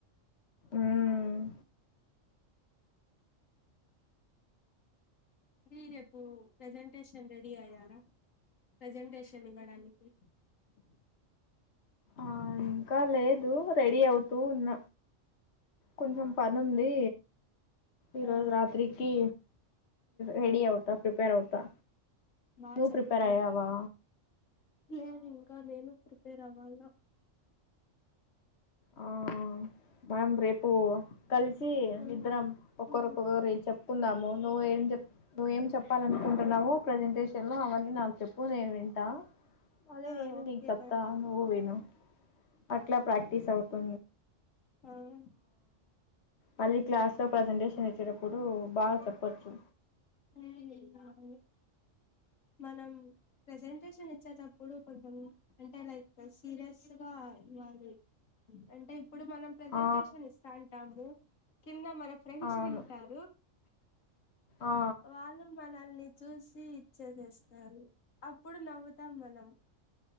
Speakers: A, on the left (about 60°); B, on the left (about 85°).
A: ఉమ్
B: తీరి ఎప్ ప్పు ప్రెసెంటేషన్ ర డి అయ్యారా ప్రెజెంటేషన్ ఇ ఇవ్వడానికి
A: ఆ ఇంకా లేదు రెడీ అవుతూ ఉన్న కొంచం పను అదీ ఈ
B: ఆ
A: రోజు రాత్రికి
B: ఆ
A: రెడీ అవుతా ప్రిపేర్ అవు త్తా
B: బా
A: నువ్
B: చెప్పండి
A: ప్రిపేర్ అయ్యవా
B: లేదు ఇంకా నేను ప్రిపేర్ అవ్వాలా
A: ఆ మనం రేపు కలిసి
B: మ్మ్
A: ఇద్దరం ఒక్కరు
B: మ్మ్
A: ఒకొక్కరు చెప్ చెప్పుకుందాము నువ్వు ఏం చెప్ నువ్వేం చెప్పాలనుకుంటున్నావో ఏం చెప్పాల అనుకుంటున్నావు ప్రజెంటేషన్ లో అవన్నీ నాకు చెప్పు నేను వింటా అదే
B: ఆ
A: నేను
B: ఓకే
A: నిక్ చెప్తా
B: డన్
A: నువ్వు విను అట్లా ప్రాక్టిస్ అవుతు
B: హుమ్
A: మళ్ళీ క్లాస్ లో ప్రజెంటేషన్ ఇచ్చేటప్పుడు బాగా చెప్పొచ్చు
B: హు మనం ప్రెసెంటేషన్ ఇచ్చే తప్ ఇప్పుడు కొంచెం అంటే లైక్ సీరియస్ గా ఇవ్వాలి అంటే ఇప్పుడు మనం ప్రసెంటేషన్
A: ఆ
B: ఇస్తాంటాము కింద మన ఫ్రెండ్స్
A: అవును
B: వింటారు
A: ఆ
B: వాళ్లు మనల్ని చూసి చేసేస్తారు అప్పుడు నవ్వుతాం మనం